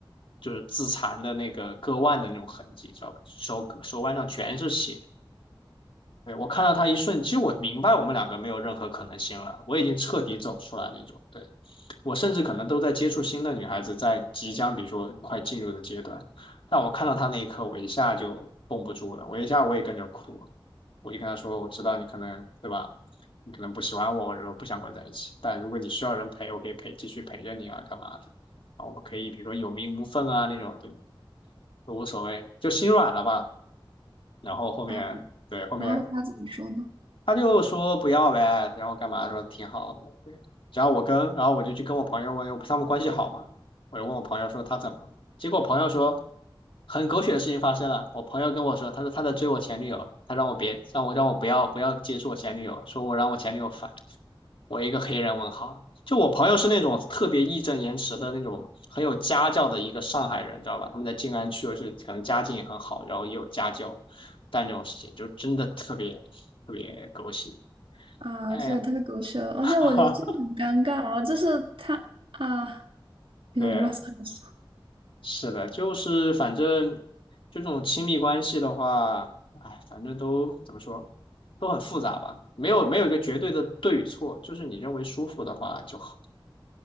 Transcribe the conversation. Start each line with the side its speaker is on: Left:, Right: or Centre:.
Left: 就是自残的那个割腕的那种痕迹，知道吧？手手腕上全是血，对，我看到他一瞬，其实我明白我们两个没有任何可能性了，我已经彻底走出来那种。对，我甚至可能都在接触新的女孩子，在即将比如说快进入的阶段，但我看到他那一刻，我一下就绷不住了，我一下我也跟着哭了，我就跟他说，我知道你可能对吧，你可能不喜欢我，然后不想跟我在一起，但如果你需要人陪，我可以陪，继续陪着你啊，干嘛的？啊，我们可以比如说有名无分啊那种，对，都无所谓，就心软了吧。然后后面，
Right: <laughs> 啊，
Left: 对，后面
Right: 然后他怎么说呢？
Left: 他就说不要呗，然后干嘛说挺好的，对，然后我跟，然后我就去跟我朋友问，因为他们关系好嘛，我就问我朋友说他怎么了，结果我朋友说很狗血的事情发生了，我朋友跟我说，他说他在追我前女友，他让我别让我让我不要不要接触我前女友，说我让我前女友烦，我一个黑人问号，就我朋友是那种特别义正言辞的那种很有家教的一个上海人，知道吧？他们在静安区，就是可能家境也很好，然后也有家教，但这种事情就真的特别特别狗血。
Right: 啊，
Left: 哎，
Right: 这也太狗血了，而且我觉得这很尴尬啊，
Left: 哈，
Right: 就是他啊，有点不知道怎么说。
Left: <laughs> 对，是的，就是反正这种亲密关系的话，哎，反正都怎么说，都很复杂吧，没有没有一个绝对的对与错，就是你认为舒服的话就好。